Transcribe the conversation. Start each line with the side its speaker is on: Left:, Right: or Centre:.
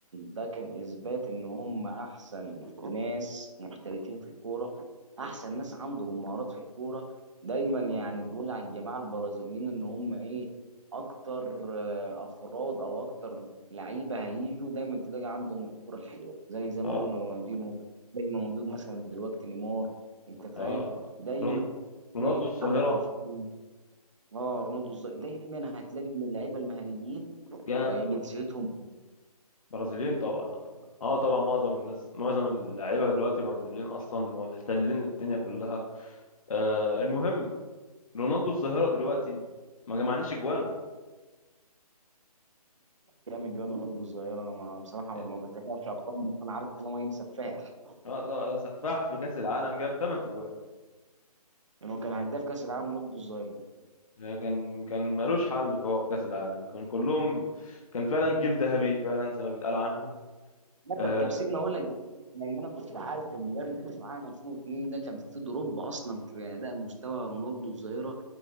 Right: ده كان إثبات إن هم أحسن ناس محترفين في الكورة أحسن ناس عندهم مهارات في الكورة دايما يعني بيقول على الجماعة البرازيليين إن هم إيه أكتر آه، أفراد أو أكتر لعيبة هيجوا دايما تلاقي عندهم الكورة الحلوة زي زي
Left: اه
Right: ما قلنا رونالدينو دايما موجود مثلا دلوقتي نيمار أنت فاهم
Left: اه
Right: دايما
Left: رون- رونالدو
Right: تلاقي
Left: الظاهره
Right: عندك رافينيا اه رونالدو الظاهر. دايما هتلاقي من اللعيبة المهاريين
Left: جاب
Right: آه، جنسيتهم
Left: برازيليين طبعا اه طبعا اه طبعا معظم الناس معظم اللعيبه دلوقتي برازيليين اصلا محتلين الدنيا كلها آه المهم رونالدو الظاهره دلوقتي ما جمعناش اجوانه
Right: جامد جواد برضه الظاهرة أنا ما بصراحة
Left: اه
Right: ما بتابعش أرقام بس أنا عارف إن هو راجل سفاح
Left: آه، ده ده سفاح في كاس العالم جاب 8 اجوان
Right: يعني هو كان هداف كأس العالم برضه الظاهرة
Left: كان كان ملوش حل هو في كاس العالم كان كلهم كان فعلا جيل ذهبي فعلا زي ما بيتقال عنهم
Right: لا
Left: اه,
Right: طب طب سيبني أقول لك لأن أنا كنت عارف إن ده كأس العالم 2002 ده كان فيه دروب أصلا في أداء مستوى رونالدو الظاهرة